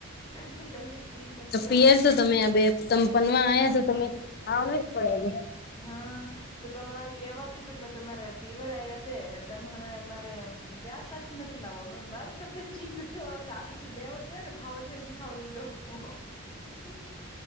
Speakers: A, on the left; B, on the left.
A: કે તબિત ઠીક નથી
B: તો પિયર
A: હોવે
B: તો તમે આ બે તમ પનવા આવ્યા તો તમે આવ જ પડે
A: હા તો તમારે કેવાતી તું મેં તમારે પીયર આયા તા ને તમે હમે અમારે પ્યાજ કાટી ને નથી લાવો, અ મ મારી તબિયત ઠીક નથી ઓર લેવો છે ને ખાવો લે ની ખાવ <unintelligible> <unintelligible>